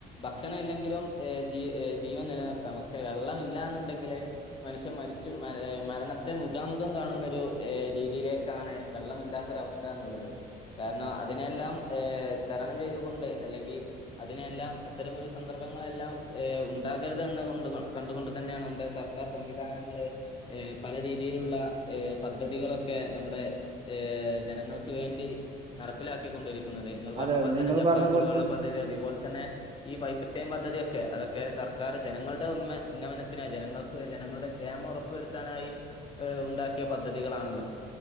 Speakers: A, on the left; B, on the right.
A: ഭക്ഷണം ഇല്ലെങ്കിലും ജീ ജീവൻ നിലനിർത്താം പക്ഷെ വെള്ളം ഇല്ല എന്നുണ്ടെങ്കില് മനുഷ്യൻ മരിച്ചു മരണത്തെ മുഖാമുഖം കാണുന്നൊരു രീതിയിലേക്കാണ് വെള്ളം ഇല്ലാത്തൊരവസ്ഥ എന്നുള്ളത് കാരണം അതിനെല്ലാം തരണം ചെയ്തുകൊണ്ട് അല്ലെങ്കിൽ അതിനെല്ലാം അത്തരമൊരു സന്ദർഭങ്ങളെല്ലാം ഉണ്ടാകരുത് എന്ന് കൊണ്ട കണ്ടുകൊണ്ട് തന്നെയാണ് നമ്മുടെ സർക്കാർ സംവിധാനങ്ങൾ പല രീതി രീതിയിലുള്ളഹ പദ്ധതികളൊക്കെ നമ്മുടെ ജനങ്ങൾക്ക് വേണ്ടി നടപ്പിലാക്കിക്കൊണ്ടിരി കുന്നത് നിങ്ങൾ പറഞ്ഞ
B: അതെ അതെ
A: പോലെന്നെ
B: നിങ്ങൾ
A: ജപ്പാൻ
B: പറഞ്ഞ
A: കുടിവെള്ള
B: പോലെ തന്നെ
A: പദ്ധതി അതുപോലെ തന്നെ ഈ പൈപ്പ ഇയും പദ്ധതിയൊക്കെ അതൊക്കെ സർക്കാർ ജനങ്ങളുടെ ഉമ ഉന്നമനത്തിനായി ജനങ്ങൾക്ക് ജനങ്ങളുടെ ക്ഷേമം ഉറപ്പ വരുത്താനായി ഏഹ ഉണ്ടാക്കിയ പദ്ധതികളാണല്ലോ